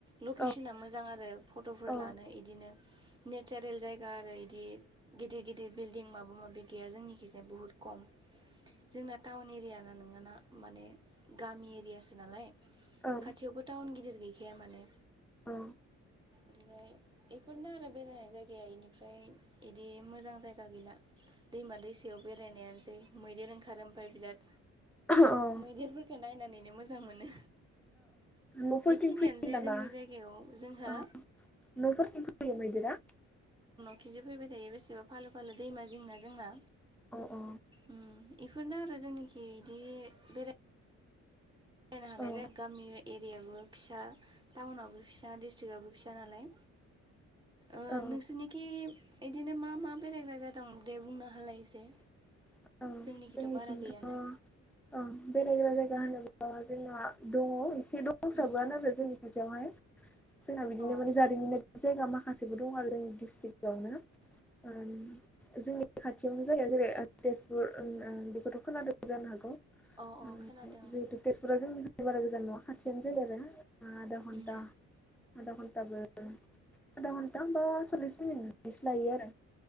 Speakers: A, on the right (about 15°); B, in the centre.
A: लकेसना
B: औ
A: मोजां आरो फट' लानो
B: औ
A: इदिनो नेचारेल जायगा आरो इदि गिदिर गिदिर बिलदिं माबा माबि जोंनिखैजाय बुहुत खम। जोंना टाउन एरिया ना नोंङाना माने गामि एरियासो नालाय।
B: औ
A: खाथियावबो टाउन गिदिर गैखाया माने।
B: अ
A: ओमफ्राय बेफोरनो आरो बेरायनाय जायगाया इनिफ्राय इदि मोजां जायगा गैला। दैमा दैसायाव बेरायनायानोसै मैदेर ओंखारो ओमफ्राय बिराद।
B: औ औ
A: मैदेरफोरखौ नायनानैनो मोजां मोनो।
B: न'फोरथिं
A: एखिनियानो
B: फैयो
A: जे
B: नामा
A: जोंनि जायगायाव जों हो
B: औ न'फोरथिं फैयो मैदेरा?
A: इदिनो फैबाय थायो बेसेबा फालो फालो दैमा जिंना जोंना।
B: औ औ
A: ओम इफोरनो आरो जोंनिखि इदि बेराय मिलायनो हानाय
B: औ
A: जाया गामि एरियाबो फिसा टाउनावबो फिस सा डिस्ट्रिकाबबो फिसा नालाय। ओ
B: औ
A: नोंसोरनिखि इदिनो मा मा बेरायग्रा जायगा दं दे बुंनो हालाय एसे
B: <inaudible>
A: जोंनिखिथ'
B: जोंनिथिंथ'
A: बारा गैयानो।
B: औ बेरायग्रा जायगा होनोब्ला जोंना दङ एसे दंसाबोआनो
A: उम
B: आरो जोंनि खाथियावहाय। जोंना बिदिनो
A: अ
B: माने जारिमिनारि जायगा माखासेबो दं आरो जोंनि डिस्ट्रिक्यावनो। ओं जोंनि खा थियावनो जायो जेरै तेजपुर ओं बेखौथ' खोनादों जानो हागौ?
A: अ
B: ओम
A: खोनादों
B: जिहेथु तेजपुरा जोंनिफ्राय बारा गोजान नंआ खाथियानो जायो आरो। आदा घन्ता
A: उम
B: आदा घन थाबो आदा घन्टा बा सल्लिस मिनिटसो लायो आरो।